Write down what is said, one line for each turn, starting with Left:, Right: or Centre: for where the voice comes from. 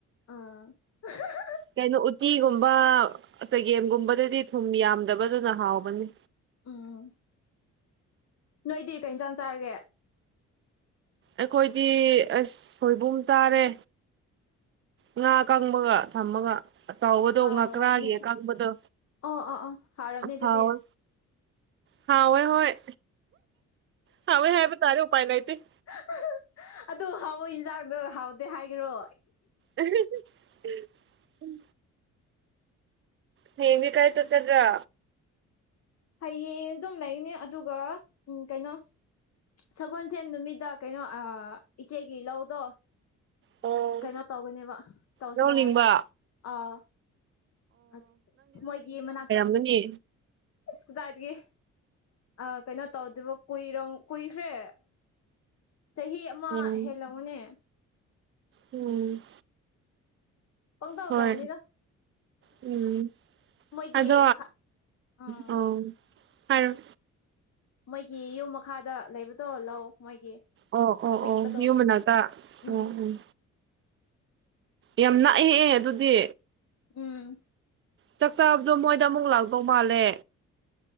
Left: ꯑꯥ ꯍꯥ ꯍꯥ
Right: ꯀꯩꯅꯣ ꯎꯇꯤꯒꯨꯝꯕ ꯆꯒꯦꯝꯒꯨꯝꯕꯗꯗꯤ ꯊꯨꯝ ꯌꯥꯝꯗꯕꯗꯨꯅ ꯍꯥꯎꯕꯅꯤ
Left: ꯎꯨꯝ ꯅꯣꯏꯗꯤ ꯀꯩ ꯏꯟꯁꯥꯡ ꯆꯥꯔꯒꯦ
Right: ꯑꯩꯈꯣꯏꯗꯤ ꯑꯁ ꯁꯣꯏꯕꯨꯝ ꯆꯥꯔꯦ ꯉꯥ ꯑꯀꯪꯕꯒ ꯊꯝꯃꯒ ꯑꯆꯧꯕꯗꯣ
Left: ꯍꯥꯎꯔꯕꯅꯦ
Right: ꯉꯥꯛꯀ꯭ꯔꯥꯒꯤ ꯑꯀꯪꯕꯗꯣ
Left: ꯑꯣ ꯑꯣ ꯑꯣ ꯍꯥꯎꯔꯕꯅꯤ ꯑꯗꯨꯗꯤ
Right: ꯍꯥꯎꯋꯦ ꯍꯥꯎꯋꯦ ꯍꯣꯏ ꯍꯥꯎꯋꯦ ꯍꯥꯏꯕ ꯇꯥꯔꯦ ꯎꯄꯥꯏ ꯂꯩꯇꯦ
Left: ꯑꯥ ꯍꯥ ꯍ ꯑꯗꯨ ꯍꯥꯎꯏ ꯌꯦꯟꯁꯥꯡꯗꯣ ꯍꯥꯎꯗꯦ ꯍꯥꯏꯒꯦꯔꯣ
Right: ꯑꯍꯥ ꯍꯥ ꯍ ꯎꯝ ꯍꯌꯦꯡꯗꯤ ꯀꯥꯏ ꯆꯠꯀꯥꯗ꯭ꯔ
Left: ꯍꯌꯦꯡ ꯑꯗꯨꯝ ꯂꯩꯅꯤ ꯑꯗꯨꯒ ꯎꯝ ꯀꯩꯅꯣ ꯁꯒꯣꯜꯁꯦꯟ ꯅꯨꯃꯤꯗꯥ ꯀꯩꯅꯣ ꯑꯥ ꯏꯆꯦꯒꯤ ꯂꯧꯗꯣ
Right: ꯑꯣ
Left: ꯀꯩꯅꯣ ꯇꯧꯒꯅꯦꯕ ꯇꯧꯁꯤ
Right: ꯂꯧ
Left: ꯍꯥꯏ
Right: ꯂꯤꯡꯕ
Left: ꯑꯥ ꯑ ꯃꯣꯏꯒꯤ ꯃꯅꯥꯛꯇ
Right: ꯒꯨꯅꯤ
Left: ꯑꯁ ꯀꯗꯥꯏꯗꯒꯤ ꯑ ꯀꯩꯅꯣ ꯇꯧꯗꯨꯕ ꯀꯨꯏꯔꯝ ꯀꯨꯏꯈ꯭ꯔꯦ ꯆꯍꯤ ꯑꯃꯥ
Right: ꯎꯝ
Left: ꯍꯦꯜꯂꯝꯃꯅꯦ
Right: ꯎꯝ
Left: ꯄꯪꯇꯧ
Right: ꯍꯣꯏ
Left: ꯇꯧꯅꯤꯗ
Right: ꯎꯝ
Left: ꯃꯣꯏꯒꯤ
Right: ꯑꯗꯣ
Left: ꯃꯈꯥ ꯑꯥ
Right: ꯑꯣ ꯍꯥꯏꯔꯣ
Left: ꯃꯣꯏꯒꯤ ꯌꯨꯝ ꯃꯈꯥꯗ ꯂꯩꯕꯗꯣ ꯂꯧ ꯃꯣꯏꯒꯤ
Right: ꯑꯣ ꯑꯣ
Left: ꯄꯤꯛꯄꯗꯣ
Right: ꯑꯣ ꯌꯨꯝ ꯃꯅꯥꯛꯇ ꯑꯣ
Left: ꯎꯝ
Right: ꯑꯣꯝ ꯌꯥꯝ ꯅꯥꯛꯑꯦꯍꯦ ꯑꯗꯨꯗꯤ
Left: ꯎꯝ
Right: ꯆꯥꯛ ꯆꯥꯕꯗꯣ ꯃꯣꯏꯗ ꯑꯃꯨꯛ ꯂꯥꯛꯇꯧ ꯃꯥꯜꯂꯦ